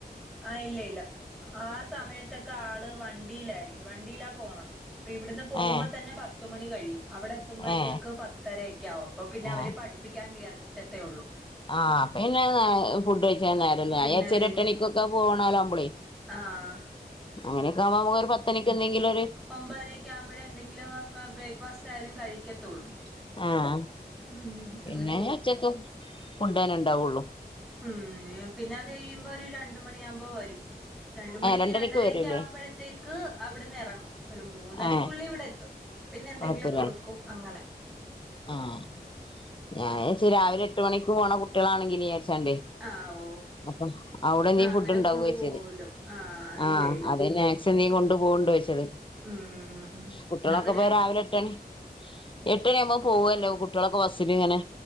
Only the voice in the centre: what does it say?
ആഹ് ഇല്ല ഇല്ല ആ സമയത്തൊക്കെ ആള് വണ്ടിയിലായിരിക്കും വണ്ടിയിലാ പോണത് ഇപ്പൊ ഇവിടുന്ന് പോകുമ്പോ
തന്നെ പത്തുമണി കഴിയും അവിടെ ത്തുമ്പോഴത്തേക്ക്
പത്തരയൊക്കെ ആകും അപ്പൊ പിന്നെ
അവര് പഠിപ്പിക്കാൻ കേർകറ്റത്തേ ഉള്ളൂ.
പിന്നെ
അത്
കഴിഞ്ഞ്
ആഹ്
ഒമ്പരേകാവുമ്പഴേ എന്തെങ്കിലും ബ്രേക്ക്ഫാസ്റ്റ് ആയാലും കഴിക്കത്തുള്ളൂ
ഉം
അങ്ങനെ പോവും
ഉം പിന്നെ അതയ്യുമ്പോ ഒരു രണ്ടമണിയകുമ്പോ വരും രണ്ട് മണി
രണ്ടരെക്ക
ആവുമ്പഴത്തേക്ക് അവിടുന്ന് എറങ്ങും ഒരു മൂന്നരക്കുള്ളി
ഇവിടെ എത്തും. പിന്നെ എന്തെങ്കിലും
കൊടുക്കും അങ്ങനെ
ആഹ് ഓ
ആ അങ്ങനെ
കൊണ്ടു പോവല്ലോ ആ
ഇല്ല ഇല്ല
ഉം ഉം ഉം ഉം
അവിടെയോ